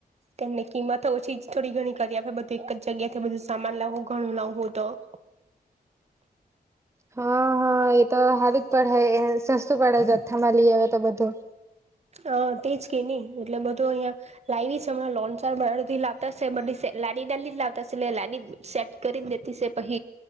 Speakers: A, on the right; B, on the right.
A: તેમને કિંમત ઓછી થોડી ઘણી કરી આપે બધું એક જ જગ્યા થી બધું સામાન લાવવું ઘણું લાવવું તો <inaudible>
B: હા હા એ તો સારું જ પડે સસ્તું પડે જથ્થામાં લ હ તો બધું
A: અ તેજ કે નહી એટલે બધો અહિયાયા લાવી છે હમણાં લોનચાર બરાથી લાવતાશે બ લની ડલી લાવતા લની સેટ કરીને દેતી પછ